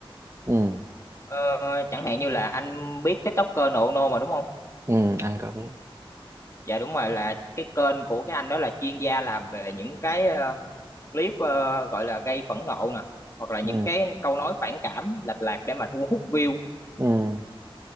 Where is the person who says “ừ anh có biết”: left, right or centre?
Right